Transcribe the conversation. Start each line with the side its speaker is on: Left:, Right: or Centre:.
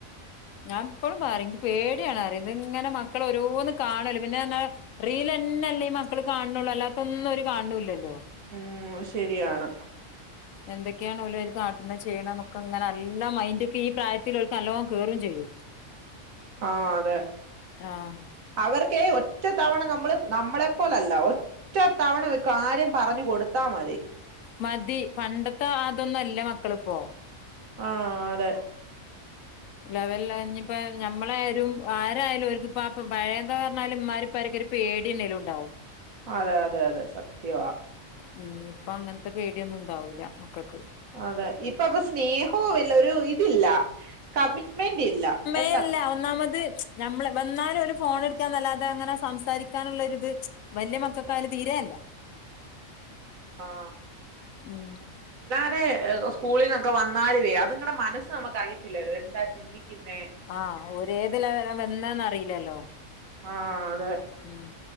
Left: ഞാപ്പഴും പറിം ഇൻക്ക് പേടിയാണന്നു ദ്ങ്ങനെ മക്ക ഇങ്ങനെ മക്കളോരോന്ന് കാണല്ലെപിന്നെ പറഞ്ഞ റീല്ലന്നെ പിന്നറീല് ല്ലീമക്കള്കാണൊള്ളു അല്ലാത്തൊന്നോര് കാണ് ണൂ ല്ലല്ലോ.
Right: ഉംമ്... ശരിയാണ്.
Left: എന്തെക്കേണോല്അയ്ല്കാട്ട്ണ് ചെയ്യ്ണ്ന്നൊക്കൊങ്ങനല്ലമൈന്റൊക്കെഈ പ്രായത്തില് നല്ലോം കേറും ചെയ്യും.
Right: ആ.... അതെ
Left: ആഹ്
Right: അവർ ക്കേ ഒറ്റത്തവണനമ്മള് നമ്മളപോലല്ല ഒറ്റ തവണ ഒരു കാര്യം പറഞ്ഞു കൊടുത്താൽ മതി.
Left: മതി പണ്ടത്ത ആതൊന്നുമല്ലമക്കളിപ്പോ
Right: ആ.... അതെ
Left: ലെവല്ലാഞ്ഞിപ്പോ ഞമ്മളായാലും ആരായാലും ഓർക്ക്പ്പാപഴെ ന്താ പറഞ്ഞാല് മ്മാര്പ്പാരൊക്കെപേട്യേന്നേലുംണ്ടാവും
Right: അതെയതെ അതെ സത്യവാണ്.
Left: മ് പ്പങ്ങൻത്തെപേടിയൊന്നുണ്ടാവൂല മക്കൾക്ക്
Right: അതെ ഇപ്പക്കെ സ്നേഹോല്ല്യ ഒരു ഇതില്ലാ കമ്മിറ്റ്മെന്റില്ലാ എ
Left: തല്ലാ... ഒന്നാമത് ഞമ്മള് വന്നാലോല് ഫോണ് കളിക്കാന്നല്ലാതെങ്ങനെ സംസാരിക്കാനുള്ളൊരിത് വല്ല്യമക്കകായാലും തീരെയില്ല
Right: ആ....
Left: ഉംമ്.
Right: ത്... അ സ്കൂളിനൊക്കെവന്നാലില്ല്യേ അതിങ്ങടെ മനസ് നമ്മകറിയത്തില്ലല്ലോ എന്താ ചിന്തിക്കിന്നേ....
Left: അ ഒരേത് ലെവെലാന്നൊന്നേ അറിയില്ലല്ലോ...
Right: ആ.. അതെ
Left: ഉം